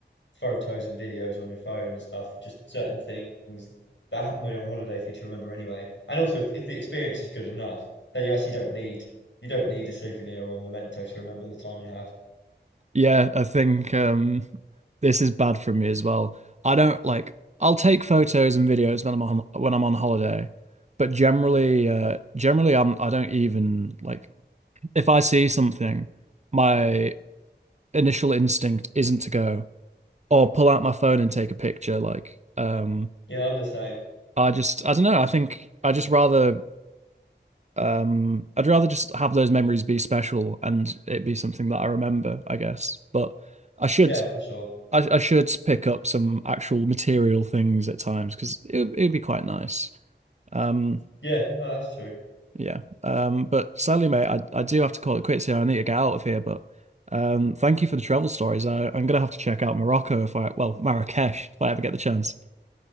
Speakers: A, on the left; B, on the right.
A: photos and videos on your phone and stuff, just certain things that happen when you're on holiday for you to remember anyway. And also, if, if the experience is good enough, then you actually don't need you don't need a souvenir or a memento to remember the time you had.
B: Yeah, I think um, this is bad for me as well. I don't like. I'll take photos and videos when I'm on when I'm on holiday, but generally, uh, generally, I'm I don't even like if I see something, my initial instinct isn't to go or pull out my phone and take a picture. Like, um,
A: Yeah, I'm the same.
B: I just I don't know. I think I just rather um, I'd rather just have those memories be special and it be something that I remember, I guess. But I should.
A: Yeah, for sure.
B: I, I should pick up some actual material things at times because it it would be quite nice. Um,
A: Yeah, no, that's true.
B: yeah. Um, but sadly, mate, I, I do have to call it quits here. I need to get out of here. But um, thank you for the travel stories. I, I'm gonna have to check out Morocco if I, well, Marrakesh if I ever get the chance.